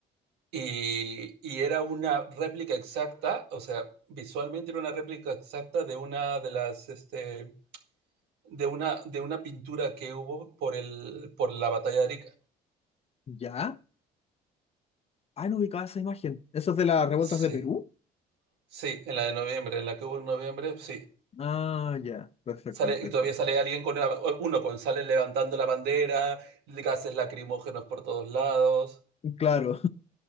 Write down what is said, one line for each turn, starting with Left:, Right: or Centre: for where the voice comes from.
Right: Y y era una réplica exacta, o sea, visualmente era una réplica exacta de una de las, este, de una de una pintura que hubo por el por la batalla de Arica.
Left: ¿Ya? Ah, no ubicaba esa imagen. ¿Eso es de las revueltas
Right: Sí,
Left: de Perú?
Right: sí, en la de noviembre, en la que hubo en noviembre, sí.
Left: Ah, ya, perfecto,
Right: Sale,
Left: perfecto.
Right: y todavía sale alguien con una- uno con sale levantando la bandera, gases lacrimógenos por todos lados.
Left: Claro,